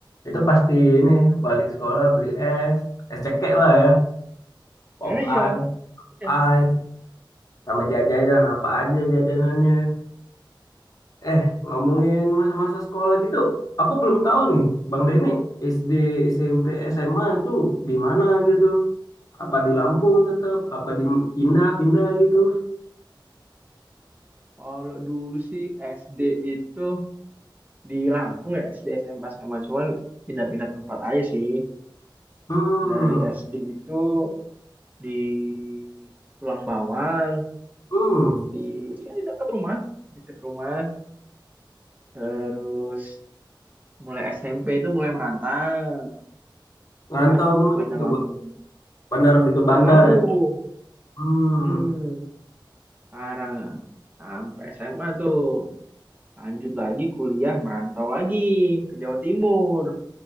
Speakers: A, on the left (about 45°); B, on the right (about 20°).
A: itu pasti ini balik sekolah beli es, es cekek lah ya, pop
B: Eh, iya, iya.
A: ice. sama jajanan apa aja jajanannya eh ngomongin masa-masa sekolah gitu aku belum tahu nih Bang Deni SD SMP SMA itu di mana gitu apa di Lampung tetap apa di pindah-pindah gitu
B: Kalau dulu sih SD itu di Lampung ya, SD SMP sama. Cuman pindah-pindah tempat aja sih.
A: hmm
B: Dari SD itu di Tulang Bawang,
A: hmm
B: di, ya, di dekat rumah. Dekat rumah. Terus mulai SMP itu mulai merantau
A: ngantau
B: ke
A: kemana
B: Bandar
A: gitu
B: Lampung.
A: Bang bandar di ke
B: Bandar
A: bandar
B: Lampung.
A: ya hmm
B: Hmm, Parang. Sampai SMA tuh. Lanjut lagi kuliah merantau lagi ke Jawa Timur.